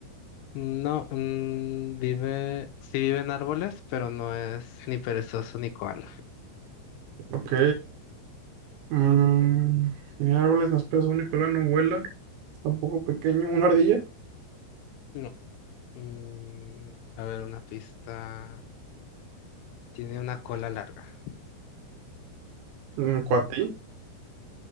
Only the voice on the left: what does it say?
no, mm, vive, sí vive en árboles, pero no es ni perezoso ni koala.
No. Mm, a ver, una pista. Tiene una cola larga.